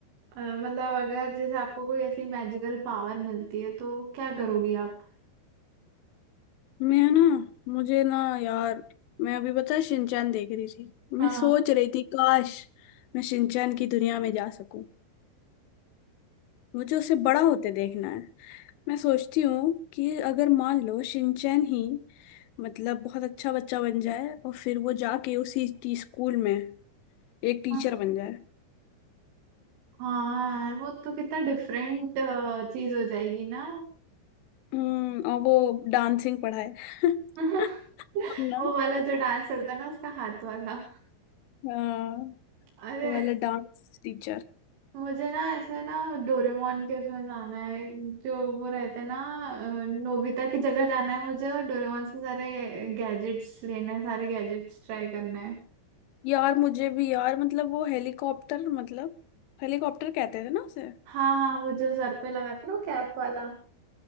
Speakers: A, on the right (about 80°); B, on the left (about 85°).
A: अ, मतलब अगर जैसे आपको कोई ऐसी मैजिकल पावर मिलती है तो क्या करोगी आप
B: मैं ना मुझे ना यार मैं अभी बता शिनचैन देख रही थी
A: हाँ
B: मैं सोच रही थी काश मैं शिनचैन की दुनिया में जा सकूं मुझे उसे बड़ा होते देखना है मैं सोचती हूँ कि अगर मान लो शिनचैन ही मतलब बहुत अच्छा बच्चा बन जाए और फिर वो जाके उसी टी स्कूल में एक टीचर
A: हाँ
B: बन जाए
A: हाँ यार वो तो कितना डिफरेंट चीज हो जाएगी ना
B: हम्म और वो डांसिंग पढ़ाए
A: <laughs>
B: <laughs> ना
A: वो वाला जो डांस चलता है ना उसका हाथ वाला
B: हाँ
A: अरे
B: वो वाला डांस टीचर
A: मुझे ना ऐसे ना डोरेमोन के उसमें जाना है जो वो रहते हैं ना अ, नोबिता की जगह जाना है मुझे और डोरेमोन से सारे गैजेट्स लेने हैं सारे गैजेट्स ट्राई करने हैं
B: यार मुझे भी यार मतलब वो हेलीकॉप्टर मतलब हेलीकॉप्टर कहते थे ना उसे
A: हाँ हाँ वो जो सर पे लगाते हैं ना कैप वाला